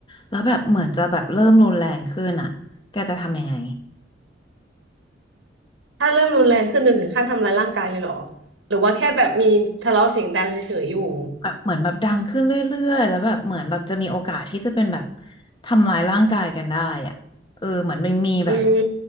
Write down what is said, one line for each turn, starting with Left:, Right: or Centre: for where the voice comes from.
Left: แล้วแบบเหมือนจะแบบเริ่มรุนแรงขึ้นอะแกจะทำยังไง
Right: ถ้าเริ่มรุนแรงขึ้นจนถึงขั้นทำร้ายร่างกายเลยเหรอหรือว่าแค่แบบมีทะเลาะเสียงดังเฉยๆอยู่
Left: แบบเหมือนแบบดังขึ้นเรื่อยๆแล้วแบบเหมือนแบบจะมีโอกาสที่จะเป็นแบบทำร้ายร่างกายกันได้อะเออเหมือนไม่มีแบบ
Right: อืม